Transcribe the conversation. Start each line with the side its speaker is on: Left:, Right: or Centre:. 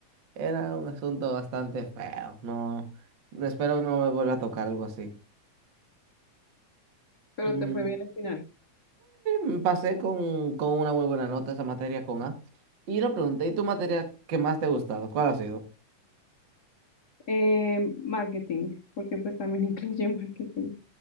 Right: Era un asunto bastante feo. No, no espero no me vuelva a tocar algo así.
Left: pero
Right: Mm,
Left: te fue bien al final?
Right: eh, Pasé con, con una muy buena nota esa materia con A. Y lo pregunté, ¿y tu materia que más te ha gustado? ¿Cuál ha sido?
Left: Eh, marketing, porque pues también <laughs> incluye marketing.